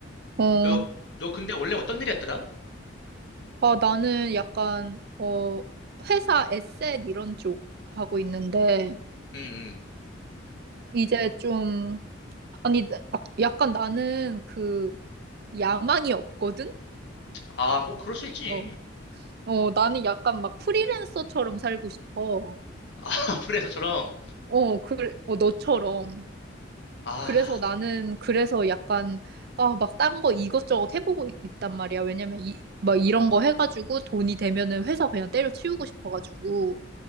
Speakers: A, on the right; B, on the left.
A: 어.
B: 너, 너 근데 원래 어떤 일 했더라?
A: 아, 나는 약간, 어, 회사 에셋 이런 쪽 하고 있는데,
B: 응, 응.
A: 이제 좀, 아니, 나- 약간 나는 그, 야망이 없거든?
B: 아, 뭐, 그럴 수 있지.
A: 어. 어, 나는 약간 막 프리랜서처럼 살고 싶어.
B: 아, <laughs> 프리랜서처럼.
A: 어, 그래, 어, 너처럼.
B: 아,
A: 그래서 나는 그래서 약간, 아, 막 딴 거 이것저것 해보고 있- 있단 말이야. 왜냐면 이, 막 이런 거 해가지고 돈이 되면은 회사 그냥 때려치우고 싶어가지고.